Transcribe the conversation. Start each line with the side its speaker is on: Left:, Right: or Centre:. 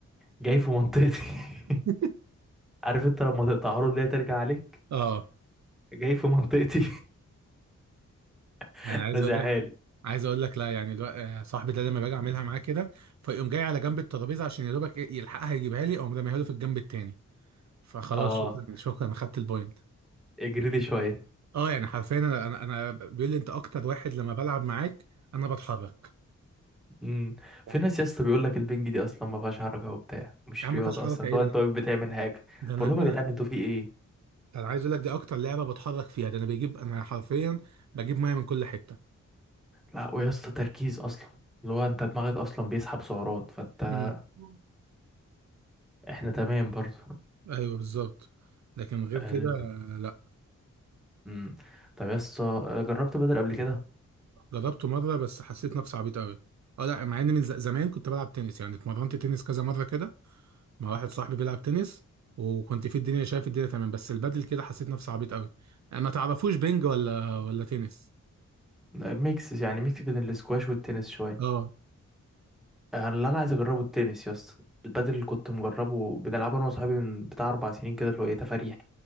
Centre: جاي في منطقتي
Right: <laughs>
Centre: <laughs> عارف انت لما تقطعها له اللي هي ترجع عليك
Right: اه
Centre: جاي في منطقتي <laughs>
Right: يعني عايز
Centre: رازعها
Right: اقول لك
Centre: لي
Right: عايز اقول لك لا يعني الو... آه، صاحبي ده لما باجي اعملها معاه كده فيقوم جاي على جنب الترابيزه عشان يا دوبك إيه يلحقها يجيبها لي اقوم راميها له في الجنب التاني فخلاص
Centre: اه
Right: شكرا شكرا انا خدت البوينت
Centre: اجري لي شويه
Right: اه يعني حرفيا انا انا أنا بيقول لي انت اكتر واحد لما بلعب معاك انا بتحرك
Centre: امم
Right: صح.
Centre: في ناس يا اسطى بيقول لك البنج دي اصلا ما فيهاش حركه وبتاع مش
Right: يا عم ما
Centre: رياضه
Right: فيهاش حركه
Centre: اصلا
Right: ايه
Centre: اللي
Right: ده
Centre: هو انت واقف بتعمل حاجه
Right: ده انا
Centre: بقول لهم
Right: ده
Centre: يا
Right: انا
Centre: جدعان انتوا في ايه
Right: ده انا عايز اقول لك دي اكتر لعبه بتحرك فيها ده انا بجيب انا حرفيا بجيب ميه من كل حته
Centre: لا ويا اسطى تركيز اصلا اللي هو انت دماغك اصلا بيسحب سعرات فانت
Right: مم.
Centre: احنا تمام برضو
Right: ايوه بالظبط لكن غير
Centre: ال...
Right: كده آه، لا
Centre: امم طب يا اسطى جربت بدل قبل كده
Right: جربته مرة بس حسيت نفسي عبيط قوي اه لا مع ان من ز- زمان كنت بلعب تنس يعني اتمرنت تنس كذا مرة كده مع واحد صاحبي بيلعب تنس وكنت في الدنيا شايف الدنيا تمام بس البدل كده حسيت نفسي عبيط قوي ما تعرفوش بينج ولا ولا تنس
Centre: ميكس يعني ميكس بين الاسكواش والتنس شويه
Right: اه
Centre: اللي انا عايز اجربه التنس يا اسطى البدل اللي كنت مجربه بنلعبه انا وصحابي من بتاع اربع سنين كده اللي هو ايه تفاريح